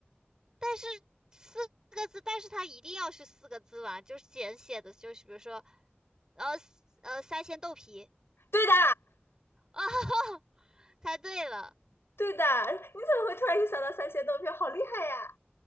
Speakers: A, on the right; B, on the left.
A: 但是四个字，但是它一定要是四个字吧？就是简写的，就是比如说，呃呃，三鲜豆皮
B: 对的，
A: 哦，<laughs> 猜对了，
B: 对的。你怎么会突然就想到三鲜豆皮？好厉害呀！